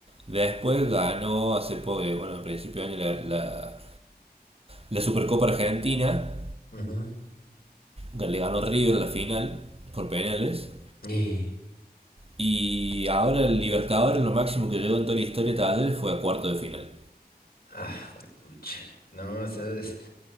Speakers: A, on the right (about 35°); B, on the left (about 65°).
A: Después ganó hace poco, eh, bueno, a principio de año la, la, la Supercopa Argentina.
B: Ujú.
A: que Le ganó River la final por penales.
B: Y-
A: Y ahora el Libertadores, lo máximo que llegó en toda la historia de Talleres fue a cuarto de final.
B: Ah, juepucha. No, eso es